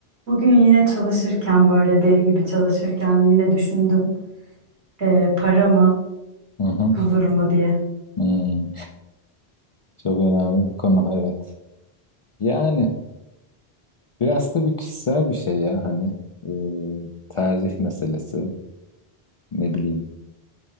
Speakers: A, on the right; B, on the left.
A: Bugün yine çalışırken böyle deli gibi çalışırken yine düşündüm eee para mı
B: Hı hı.
A: huzur mu diye.
B: Hmm. Çok önemli bir konu evet. Yani biraz tabii kişisel bir şey ya hani e, tercih meselesi ne bileyim.